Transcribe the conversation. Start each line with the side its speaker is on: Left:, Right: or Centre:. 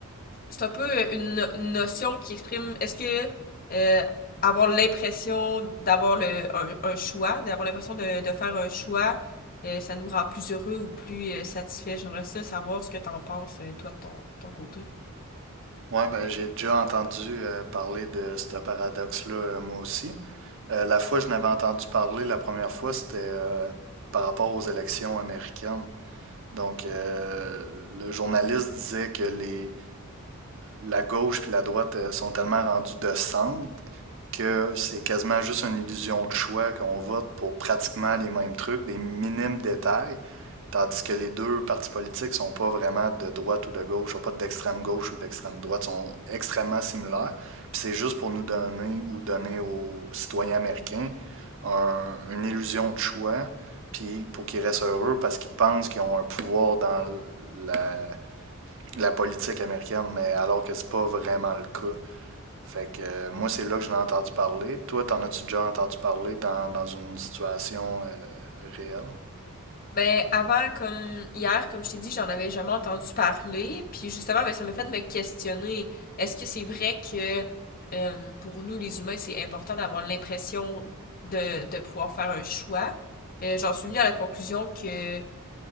Left: c'est un peu une, no- une notion qui exprime est-ce que euh, avoir l'impression d'avoir le un, un choix, d'avoir l'impression de, de faire un choix, euh, ça nous rend plus heureux ou plus euh, satisfait. J'aimerais ça savoir ce que t'en penses, euh, toi, de ton, ton côté.
Right: Ouais, ben, j'ai déjà entendu euh, parler de ce paradoxe-là, euh, moi aussi. Euh, la fois que je n'avais entendu parler la première fois, c'était euh, par rapport aux élections américaines. Donc, euh, le journaliste disait que les, la gauche puis la droite euh, sont tellement rendues de centre que c'est quasiment juste une illusion de choix, qu'on vote pour pratiquement les mêmes trucs, des minimes détails, tandis que les deux partis politiques sont pas vraiment de droite ou de gauche, sont pas d'extrême gauche ou d'extrême droite, sont extrêmement similaires. Puis c'est juste pour nous donner ou donner aux citoyens américains un- une illusion de choix, puis pour qu'ils restent heureux parce qu'ils pensent qu'ils ont un pouvoir dans la, la politique américaine, mais alors que c'est pas vraiment le cas. Fait que euh, moi, c'est là que je l'ai entendu parler. Toi, t'en as-tu déjà entendu parler dans, dans une situation euh, réelle?
Left: Ben, avant, comme hier, comme je t'ai dit, j'en avais jamais entendu parler. Puis justement, ben, ça m'a fait me questionner. Est-ce que c'est vrai que euh, pour nous, les humains, c'est important d'avoir l'impression de, de pouvoir faire un choix? Euh, j'en suis venue à la conclusion que,